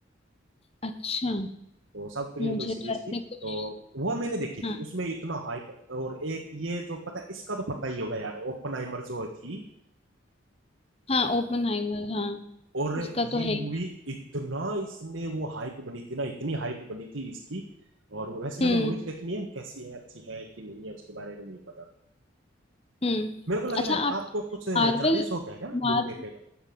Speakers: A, on the left; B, on the right.
A: अच्छा
B: तो साउथ कोरियन
A: मुझे
B: कोई सीरीज
A: तो ऐसे
B: थी
A: कुछ
B: तो वो मैंने देखी
A: हाँ
B: थी उसमें इतना हाइप और एक ये जो पता इसका तो पता ही होगा यार ओपनहाइमर जो थी
A: हाँ ओपनहाइमर हाँ
B: और
A: उसका
B: ये
A: तो है ही।
B: मूवी इतना इसने वो हाइप बनी थी ना इतनी हाइप बनी थी इसकी और वैसे
A: हम्म
B: मैंने मूवी तो देखी नहीं है कैसी है अच्छी है कि नहीं है उसके बारे में नहीं पता
A: हम्म
B: मेरे को लग
A: अच्छा
B: रहा है
A: आप
B: आपको कुछ ज्यादा
A: मार्वल
B: ही शौक है ना मूवी
A: मार
B: देखने का